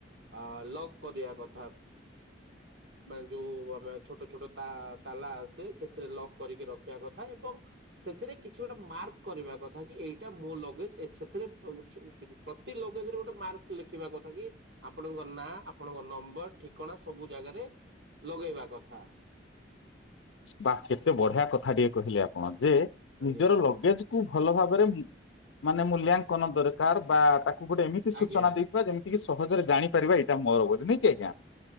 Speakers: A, on the right (about 60°); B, on the left (about 80°).
A: ଅ ଲକ୍ କରିବା କଥା ମାନେ ଯୋଉ ଆମେ ଛୋଟ ଛୋଟ ତାଲା ଆସେ ସେଥିରେ ଲକ୍ କରିକି ରଖିବା କଥା ଏବଂ ସେଥିରେ କିଛି ଗୋଟେ ମାର୍କ କରିବା କଥା କି ଏଇଟା ମୋ ଲଗେଜ ସେଥିରେ ପ୍ରତି ଲଗେଜରେ ଗୋଟେ ମାର୍କ ଲେଖିବା କଥା କି ଆପଣଙ୍କ ନାଁ ଆପଣଙ୍କ ନମ୍ବର ଠିକଣା ସବୁ ଜାଗାରେ ଲଗେଇବା କଥା,
B: ବା କେତେ ବଢିଆ କଥା ଟିକେ କହିଲେ ଆପଣ ଯେ,
A: ଆଜ୍ଞା
B: ନିଜର ଲଗେଜ କୁ ଭଲ ଭାବରେ ମାନେ ମୂଲ୍ୟାଙ୍କନ ଦରକାର ବା ତା କୁ ଗୋଟେ ଏମିତି ସୂଚନା
A: ଆଜ୍ଞା
B: ଦେଇଥିବା ଯେମିତି ଟିକେ ସହଜରେ ଜାଣିପାରିବା ଏଇଟା ମୋର ବୋଲି ନାଇଁ କି। ଆଜ୍ଞା